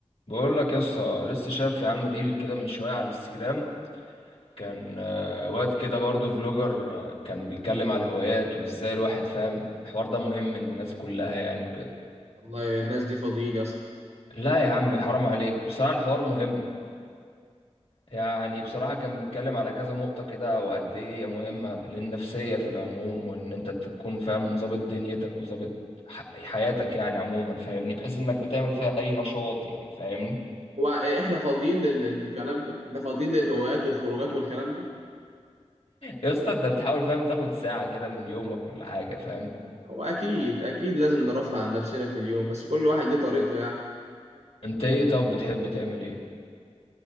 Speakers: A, on the left; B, on the right.
A: بقول لك يا اسطى لسه شايف يا عم ريل كده من شويه على الانستجرام كان آه، واد كده برضه فلوجر آه، كان بيتكلم على الهوايات وازاي الواحد فاهم الحوار ده مهم للناس كلها يعني وكده
B: والله الناس دي فاضيين يا اسطى
A: لا يا عم حرام عليك بصراحه الحوار مهم يعني بصراحه كان بيتكلم على كذا نقطه كده وقد ايه هي مهمه للنفسيه في العموم وان انت تكون فاهم ظابط دنيتك وظابط ح- حياتك يعني عموما فاهمني بحيث انك بتعمل
B: هو
A: فيها اي نشاط يعني فاهمني
B: هو احنا فاضيين لل- للكلام ده احنا فاضيين للهوايات والخروجات والكلام ده
A: يا اسطى انت بتحاول فاهم تاخد ساعة كده من يومك ولا حاجة فاهم
B: هو اكيد اكيد لازم نرفع عن نفسنا في اليوم بس كل واحد ليه طريقته يعني
A: انت ايه طب بتحب تعمل ايه